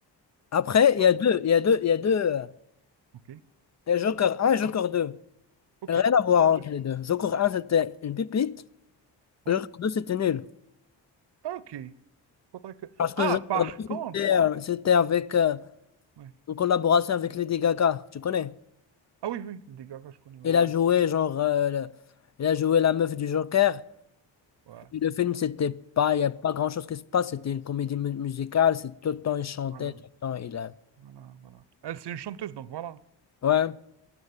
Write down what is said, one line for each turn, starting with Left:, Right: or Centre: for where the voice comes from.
Left: Après, il
Right: Oh,
Left: y a deux, il y a deux, il y a deux. euh,
Right: Ok,
Left: Il y a Joker un et Joker deux.
Right: ok.
Left: Rien à voir
Right: Faudrait que
Left: entre
Right: je-
Left: les deux. Joker un c'était une pipite.
Right: Ouais.
Left: Joker deux c'était nul.
Right: Ah, ok. Faudrait que...
Left: Parce que
Right: Ah,
Left: je
Right: par
Left: regardais,
Right: contre.
Left: c'était euh, c'était avec euh,
Right: Ouais.
Left: en collaboration avec Lady Gaga, tu connais?
Right: Ah oui, oui, le dégât que je connais. Ouais.
Left: Elle a joué genre euh, le- elle a joué la meuf du Joker.
Right: Ouais.
Left: Et le film c'était pas il y a pas grand-chose qui se passe, c'était une comédie mu- musicale, c'est tout le temps il chantait,
Right: Voilà,
Left: tout le temps il euh,
Right: voilà, voilà. Elle, c'est une chanteuse, donc voilà.
Left: ouais.